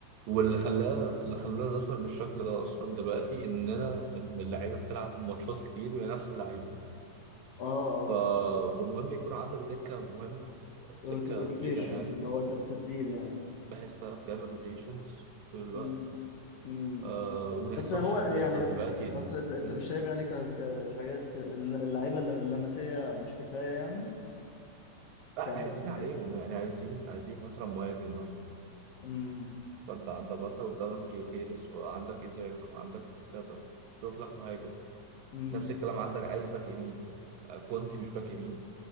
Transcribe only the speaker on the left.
اه اه
الروتي...
الروتيشن
اللي هو تب... تبديل يعني
امم امم
بس
هو
يعني
بس
انت انت
مش شايف يعني ك... ك... الحاجات الل- اللعيبه اللي من اللمسيه مش كفايه يعني
ك...
ك...
أم...
أم...